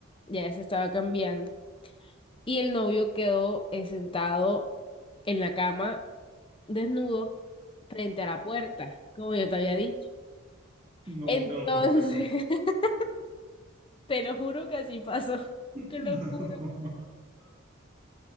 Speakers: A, on the left; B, on the right.
A: ya ella se estaba cambiando. Y el novio quedó eh, sentado en la cama, desnudo, frente a la puerta, como yo te había dicho.
B: No
A: Entonces,
B: te lo puedo creer.
A: <laughs> te lo juro que así pasó.
B: <laughs>
A: Qué locura.